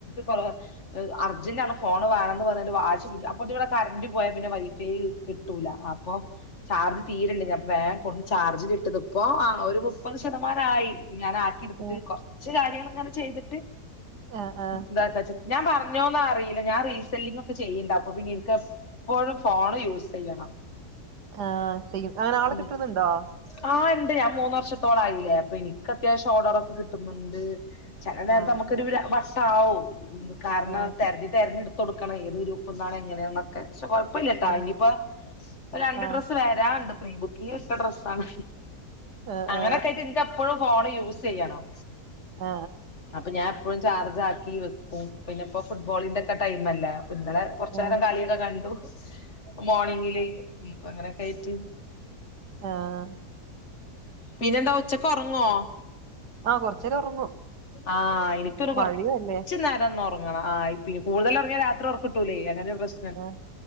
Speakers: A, on the left; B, on the right.
A: കൊറ - അർജന്റ് ആണ് ഫോണ് വേണം എന്ന് പറഞ്ഞിട്ട് വാശി പിടിച്. അപ്പോ ഇവിടെ കറന്റ് പോയാൽ പിന്നെ വൈഫൈ. കിട്ടൂല അപ്പൊ ചാർജ് തീരണ്ട് ഞാൻ വേഗം കൊടുന്ന് ചാർജിന് ഇട്ടത് ഇപ്പോ ആഹ് ഒരു മുപ്പത് ശതമാനമായി ഞാൻ ആ
B: ആഹ്
A: എടുത്തിട്ട് കുറച്ച് കാര്യങ്ങൾ ഇങ്ങനെ ചെയ്തിട്ട്
B: ആഹ് ആഹ്
A: ഇതാക്കച്ട്ട ഞാൻ പറഞ്ഞോന്ന അറില്ല ഞാൻ റീസല്ലിങ്ങക്കെ ചെയ്യ്ണ്ട്. അപ്പ പിന്നെ എനിക്ക് എപ്പോഴും ഫോണ് യൂസ് ചെയ്യണം.
B: ആഹ് ചെയും അങ്ങനെ ആളെ
A: ഉം
B: കിട്ടുന്നുണ്ടോ?
A: ആഹ് ഉണ്ട് ഞാൻ മൂന്ന വർഷത്തോളായില്ലേ അപ്പൊ എനിക്ക് അത്യാവശ്യം ഓർഡർ ഒക്കെ കിട്ടുന്നുണ്ട്. ചില നേരത്തെ
B: ആഹ്
A: നമുക്കൊരു വർഷ ആവും കാരണം
B: ആ
A: തെര - തിരഞ്ഞെടുത്ത കൊടുക്കണം. ഏത് ഗ്രൂപ്പ നിന്നാണ് എങ്ങനെയൊക്കെ പക്ഷെ കൊയപ്പല്ലട്ട
B: ആ
A: ഇനി ഇപ്പോ രണ്ട്
B: ആ
A: ഡ്രസ്സ് വരാണ്ട് പ്രീ ബുക്ക് ഇന്ന് ഇട്ടഡ്രസ്സാണ്
B: ആ
A: അങ്ങനെയൊക്കെ
B: ആ
A: ആയിട്ട് എനിക്കാ എപ്പഴും ഫോണ് യൂസ് ചെയ്യണം.
B: ആ ആ
A: അപ്പൊ ഞാൻ എപ്പോഴും ചാർജ് ആക്കി വെക്കും പിന്നെ ഇപ്പോ ഫുട്ബോളിന്റെക്കെ ടൈമല്ലെ അപ്പ ഇന്നലെ കൊറച്ചു
B: ആ
A: നേരം കളിയൊക്കെ കണ്ടു മോർണിങ്ങില് പ്പ അങ്ങനെയൊക്ക ആയിട്ട്
B: ആഹ്
A: പിന്നെന്താ ഉച്ചക്ക് ഉറങ്ങോ?
B: ആഹ കൊറച്ച് നേരം ഉറങ്ങും.
A: ആഹ് എനിക്കൊരു
B: മഴയും
A: കൊറച്ച്
B: അല്ലേ
A: നേരംന്ന് ഒറങ്ങ അ ആഹ് പിന്ന കൂടുതലൊറങ്ങിയ രാത്രി ഒറക്കിട്ടൂല്ലേ അങ്ങനെ ഒര്പ്രശ്ന
B: ആഹ്